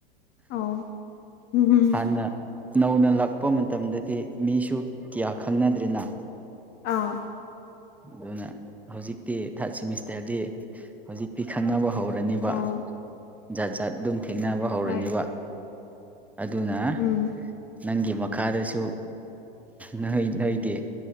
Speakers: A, on the left; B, in the centre.
A: ꯑꯣ ꯎꯝ
B: ꯍꯥꯟꯅ ꯅꯧꯅ ꯂꯥꯛꯄ ꯃꯇꯝꯗꯗꯤ ꯃꯤꯁꯨ ꯀꯌꯥ ꯈꯪꯅꯗ꯭ꯔꯦꯅ
A: ꯑꯥꯎ
B: ꯑꯗꯨꯅ ꯍꯧꯖꯤꯛꯇꯤ ꯊꯥꯔꯠ ꯁꯤꯃꯤꯁꯇꯔꯗꯤ ꯍꯧꯖꯤꯛꯇꯤ ꯈꯪꯅꯕ ꯍꯧꯔꯅꯤꯕ
A: ꯑꯣ
B: ꯖꯥꯠ ꯖꯥꯠ ꯑꯗꯨꯝ ꯊꯦꯡꯅꯕ ꯍꯧꯔꯅꯦꯕ
A: ꯍꯣꯏ
B: ꯑꯗꯨꯅ
A: ꯎꯝ
B: ꯅꯪꯒꯤ ꯃꯈꯥꯗꯁꯨ ꯅꯣꯏ ꯅꯣꯏꯒꯤ